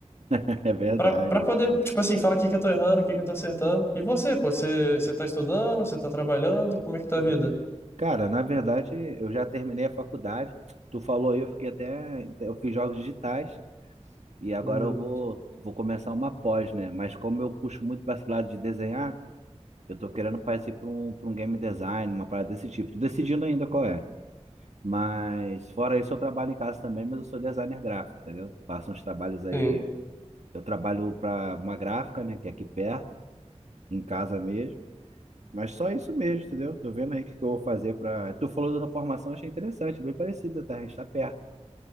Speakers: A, on the right (about 75°); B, on the left (about 20°).
A: <laughs> é verdade.
B: para para
A: é verdade.
B: poder, tipo assim, falar o que que eu tô errando, o que que eu tô acertando. E você, pô, você, você tá estudando, você tá trabalhando, como é que tá
A: Pô,
B: a vida?
A: cara, na verdade, eu já terminei a faculdade. Tu falou aí, eu fiquei até. Eu fiz jogos digitais e agora
B: Uhum.
A: eu vou, vou começar uma pós, né? Mas como eu puxo muito para esse lado de desenhar. Eu tô querendo partir para um, pra um game design, uma parada desse tipo. Tô decidindo ainda qual é. Mas fora isso, eu trabalho em casa também, mas eu sou designer gráfico, entendeu? Faço uns trabalhos aí.
B: Sim.
A: Eu trabalho para uma gráfica, né, que é aqui perto, em casa mesmo. Mas só isso mesmo, entendeu? Tô vendo aí o que que eu vou fazer para. Tu falou da tua formação, achei interessante, bem parecida, tá? A gente tá perto.